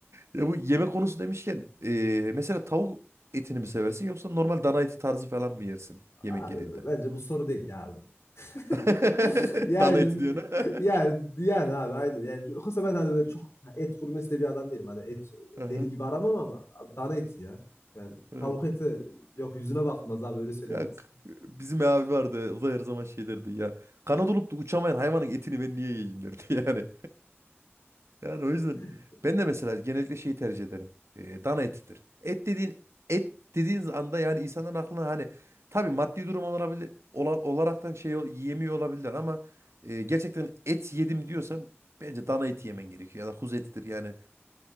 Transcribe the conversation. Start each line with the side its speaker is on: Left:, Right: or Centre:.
Right: Ya bu yemek konusu demişken eee, mesela tavuk etini mi seversin yoksa normal dana eti tarzı falan mı yersin
Left: <laughs>
Right: yemek
Left: Abi
Right: yediğinde?
Left: bence bu soru değil ya abi. <laughs>
Right: <laughs>
Left: Yani
Right: Dana eti diyorsun. ha?
Left: yani yani abi aynen. Yani yoksa ben hani böyle çok et gurmesi de bir adam değilim. Hani et
Right: <laughs>
Left: deli
Right: Aha,
Left: gibi aramam ama abi dana eti ya. Yani
Right: evet.
Left: tavuk eti yok yüzüne bakılmaz abi öyle söyleyeyim
Right: Ya
Left: ben sana.
Right: k- bizim abi vardı o da her zaman şey derdi ya. Kanat olup da uçamayan hayvanın etini ben niye yiyeyim derdi yani. Yani o yüzden
Left: <laughs>
Right: ben de mesela genellikle şeyi tercih ederim. Ee, dana etidir. Et dediğin et dediğiniz anda yani insanların aklına hani tabii maddi durum olabilir ola- olaraktan şey ol- yiyemiyor olabilirler ama e, gerçekten et yedim diyorsan bence dana eti yemen gerekiyor ya da kuzu etidir yani.